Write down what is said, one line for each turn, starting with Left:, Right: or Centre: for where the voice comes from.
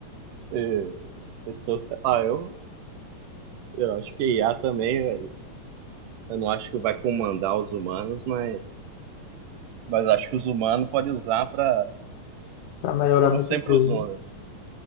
Right: É, então, sei lá, eu, eu acho que a IA também, eu não acho que vai comandar os humanos, mas, mas acho que os humanos podem usar para,
Left: Pra melhorar
Right: como
Left: muita
Right: sempre
Left: coisa,
Right: usou,
Left: né?
Right: né?